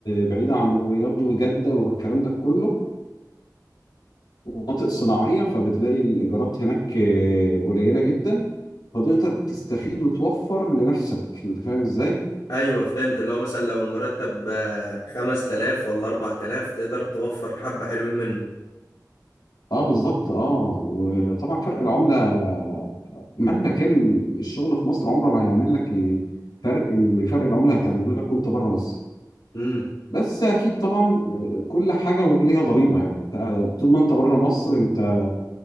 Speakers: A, on the left (about 85°); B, on the left (about 70°).
A: بعيدة عن الرياض وجدة والكلام ده كله ومناطق صناعية فبتلاقي الإيجارات هناك آه، قليلة جدا فتقدر تستفيد وتوفر لنفسك أنت فاهم إزاي؟
B: ايوه فهمت اللي هو مثلا لو المرتب آه، 5000 ولا 4000 تقدر توفر حبة حلوين منه
A: اه بالظبط اه وطبعا فرق العملة مهما كان الشغل في مصر عمره ما هيعمل لك الفرق اللي فرق العملة هتعمله لك وانت بره مصر
B: امم
A: بس اكيد طبعا آه، كل حاجة وليها ضريبة يعني أنت- طول ما انت بره مصر انت